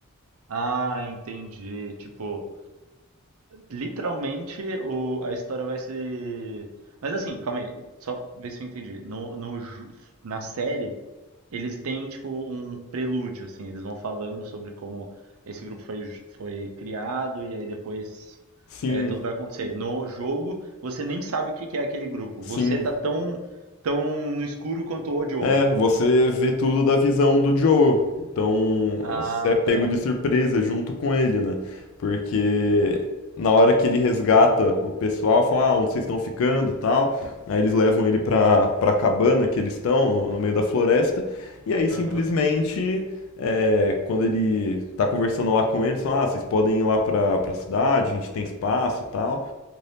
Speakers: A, on the right; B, on the left.
A: Ah, entendi. Tipo, Literalmente, o, a história vai se. Mas assim, calma aí, só ver se eu entendi. No, no, ju- na série, eles têm tipo um prelúdio, assim, eles vão falando sobre como esse grupo foi, ju- foi criado e aí depois
B: Sim,
A: é, tudo vai acontecer. No jogo, você nem sabe o que que é aquele grupo.
B: sim.
A: Você tá tão, tão no escuro quanto o Joel.
B: É, você vê tudo da visão do Joel. Então,
A: Ah,
B: você é pego
A: tá.
B: de surpresa junto com ele, né? Porque na hora que ele resgata o pessoal, fala, ah, onde vocês estão ficando, tal. Aí eles levam ele pra, pra cabana que eles estão, no, no meio da floresta. E aí,
A: Aham.
B: simplesmente, é, quando ele tá conversando lá com eles, fala, ah, vocês podem ir lá pra, pra cidade, a gente tem espaço, tal.